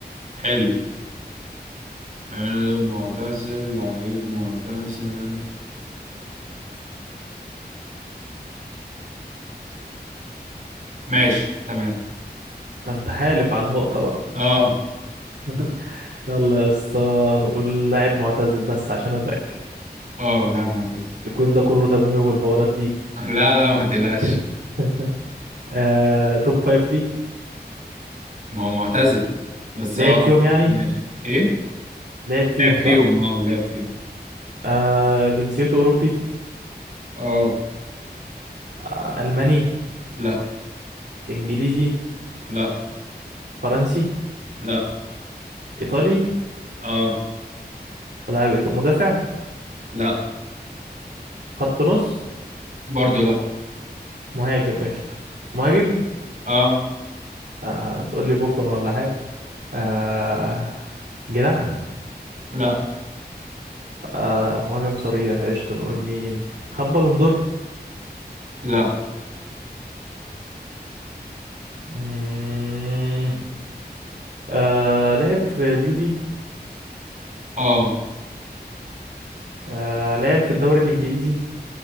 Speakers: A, on the right; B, on the right.
A: حلو حلو معتزل لعيب معتزل ماشي تمام
B: ده انت حالف عن نقطة بقى
A: اه
B: <laughs> يلا يا اسطى نقول لاعب معتزل بس عشان اتاكد
A: اه لا معتزل
B: يكون ده كله تمويه والحوارات دي
A: <laughs> لا لا ما تقلقش
B: <laughs> آه، توب فايف ليج
A: ما هو معتزل بس
B: لعب
A: اه
B: فيهم يعني
A: ماشي ايه
B: لعب فيهم
A: لعب
B: صح
A: فيهم اه لعب فيهم
B: آه جنسيته أوروبي
A: اه
B: آه ألماني
A: لا
B: إنجليزي
A: لا
B: فرنسي
A: لا
B: إيطالي
A: اه
B: ولاعب إيط- مدافع
A: لا
B: خط نص
A: برضو لا
B: مهاجم قشطة مهاجم
A: اه
B: آه تقول لي بوفون ولا حاجة آه جناح
A: لا
B: آه مهاجم صريح قشطة نقول مين خد بالون دور
A: لا
B: مم، آه لعب في اليوفي
A: اه
B: آه لعب في الدوري الإنجليزي